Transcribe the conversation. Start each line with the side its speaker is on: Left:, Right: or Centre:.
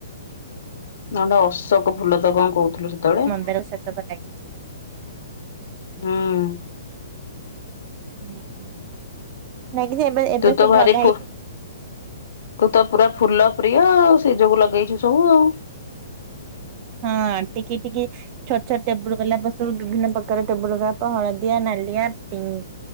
Left: ନଟ ଅଶୋକ ଫୁଲ ତ କଣ କୋହୁଥିଲୁ ସେତେବେଳେ?
Right: ତାର ସେତକ ଲାଗିଛି।
Left: ହୁଁ।
Right: ହୁଁ ହୁଁଁ। <inaudible> ନାଗିଚି ଏବେ
Left: ତୁ ତ ଭାରି
Right: ହେଇଛି
Left: ଫୁ ତୁ ତ ପୁରା ଫୁଲ ପ୍ରିୟ ଆଉ ସେ ଯୋଗୁ ଲଗେଇଛୁ ସବୁ ଆଉ।
Right: ହଁ ଟିକି ଟିକି - ଛୋଟ ଛୋଟ ଟେବୁଲ୍ ଗୋଲାପ ସବୁ ବିଭିନ୍ନ ପ୍ରକାର ଟେବୁଲ ଗୋଲାପ ହଳଦିଆ, ନାଲିଆ, ପିଙ୍କ୍।